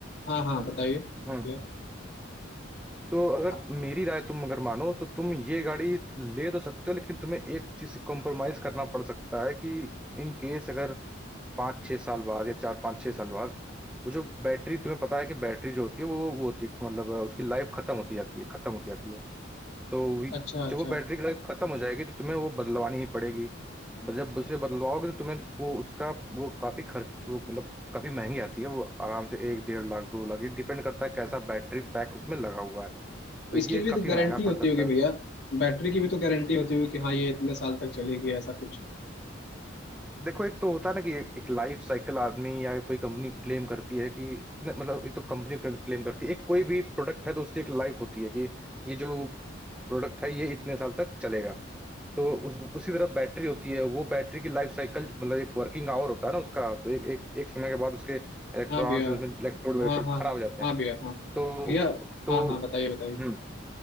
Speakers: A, on the left; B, in the centre.
A: हाँ हाँ बताइए भैया
B: हाँ तो अगर
A: अ-
B: मेरी राय तुम अगर मानो तो तुम ये गाड़ी ले तो सकते हो लेकिन तुम्हें एक चीज से कॉम्प्रोमाइज करना पड़ सकता है कि इन केस अगर पाँच छह साल बाद या चार पाँच छह साल बाद वो जो बैटरी तुम्हें पता है कि बैटरी जो होती है वो वो होती है मतलब अ, उसकी लाइफ खत्म होती जाती है खत्म होती जाती है तो वी-
A: अच्छा अच्छा
B: जब वो बैटरी की लाइफ खत्म हो जाएगी तो तुम्हें वो बदलवानी ही पड़ेगी ब- जब उसे बदलवाओगे तो तुम्हें वो उसका वो काफी खर्च वो मतलब काफी महंगी आती है वो आराम से एक डेढ़ लाख दो लाख ये डिपेंड करता है कैसा बैटरी पैक उसमें लगा हुआ है तो
A: इसकी
B: ये
A: भी
B: काफी
A: तो गारंटी
B: महंगा
A: होती
B: पड़ सकता
A: होगी
B: है
A: भैया बैटरी की भी तो गारंटी होती होगी कि हाँ ये इतने साल तक चलेगी ऐसा कुछ
B: देखो एक तो होता है ना कि एक लाइफ साइकिल आदमी या कोई कंपनी क्लेम करती है कि न- मतलब ये तो कंपनी क्लेम करती है एक कोई भी प्रोडक्ट है तो उसकी एक लाइफ होती है कि ये जो प्रोडक्ट है ये इतने साल तक चलेगा तो उस, उसी तरह बैटरी होती है वो बैटरी की लाइफ साइकिल मतलब एक वर्किंग आवर होता है ना उसका तो एक एक, एक समय के बाद उसके इलेक्ट्रॉन्स
A: हाँ भैया
B: उसमें इलेक्ट्रोड
A: हाँ
B: इलेक्ट्रोड
A: हाँ
B: खराब हो जाते
A: हाँ
B: हैं
A: भैया हाँ
B: तो
A: भैया
B: तो
A: हाँ हाँ बताइए बताइए
B: हम्म